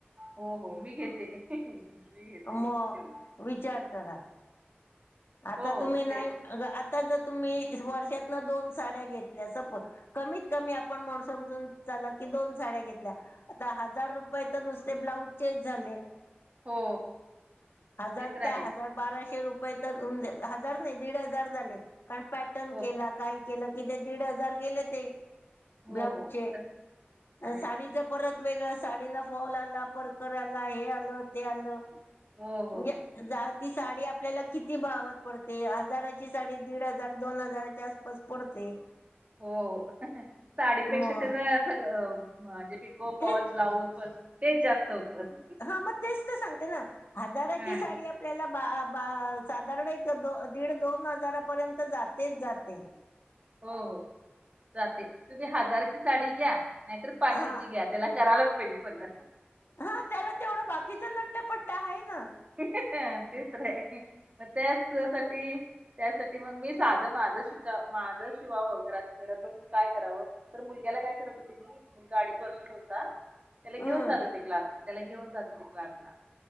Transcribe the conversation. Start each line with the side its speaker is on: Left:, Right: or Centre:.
Right: हो हो मी घेते. <unintelligible>
Left: अमो
Right: तेवढी
Left: विचार करा आता
Right: हो हो
Left: तुम्ही नाही,
Right: तेच
Left: आता जर तुम्ही वर्षातन दोन साड्या घेतल्या स प कमीत कमी आपण म समजून चला की दोन साड्या घेतल्या. आता हजार रुपय तर नुसते ब्लाऊजचेच झाले.
Right: हो
Left: हजार
Right: ते तर
Left: काय,
Right: आहेच
Left: हजार बाराशे रुपय हजार नाही दीड हजार झाले, कारण पॅटर्न
Right: हो
Left: केला काय केला की ते दीड हजार गेले ते
Right: हो
Left: ब्लाऊजचे,
Right: हो तस
Left: आणि
Right: आहेच
Left: साडी ते परत वेगळ साडीला फॉल आला, परकर आला हे आलं ते आलं
Right: हो हो
Left: म्हणजे
Right: हो
Left: जरा ती साडी आपल्याला किती भावात पडते, हजाराची साडी दीड हजार दोन हजाराच्या आसपास पडते
Right: हो साडीपेक्षा
Left: मग
Right: त्येज सगळ म किती पिको, फॉल,
Left: तेच
Right: ब्लाउज तेच जास्त होतं
Left: हा मग तेच ते सांगते ना, हजाराची
Right: हा.
Left: साडी आपल्याला बा, बा साधारण एक दीड दोन हजारापर्यंत जातेच जाते.
Right: हो, हो जाते तुम्ही हजाराची साडी घ्या नाहीतर
Left: हा
Right: पाचशेची घ्या त्याला करायलाच पाहिजे सगळं
Left: हा त्याला तेवढं बाकीचा नट्टपट्टा आहे ना
Right: हा तेच र, मग त्याच साठी त्यासाठी मग मी साधं माझं शिका माझं शिवावं घरात घरात बसून काय करावं तर मुलग्याला काय करत होते मी, मुलगा अडीच वर्षांचा होता त्याला घेऊन
Left: हम्म
Right: जात होते क्लासला, त्याला घेऊन जात होते क्लासला.